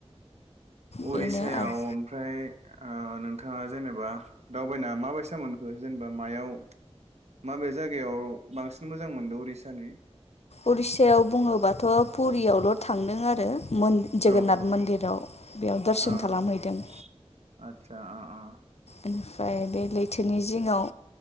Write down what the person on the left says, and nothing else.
बेनो आरो
उरिस्सायाव बुङोबाथ' पुरियावल' थांदों आरो।
जगन्नाथ
मन्दिराव बेयाव दर्शन
खालामहैदों।
ओमफ्राय बे लैथोनि जिङाव